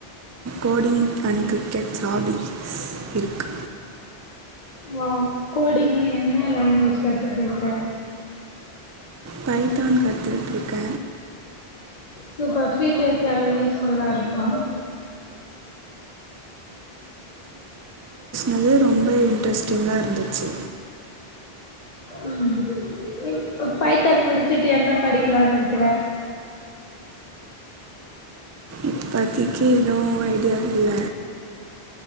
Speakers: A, on the right (about 25°); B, on the left (about 40°).
A: கோடிங் அண்ட் கிரிக்கெட்ஸ் ஹாபிஸ் இருக்கு
B: வாவ் கோடிங்ல என்ன லாங்வேஜ் கத்துட்டு இருக்க
A: பைத்தான் கத்துட்டுருக்க
B: சூப்பர் ஃபியூச்சருக்கு அது யூஸ்ஃபுல்லா இருக்கும்
A: அது ரொம்ப இன்ட்ரெஸ்டிங்கா இருந்துச்சு
B: ம் இப் பைத்தான் முடிச்சுட்டு என்ன படிக்கலான்னு இருக்குற
A: இப்பத்திக்கி எதுவு ஐடியா இல்ல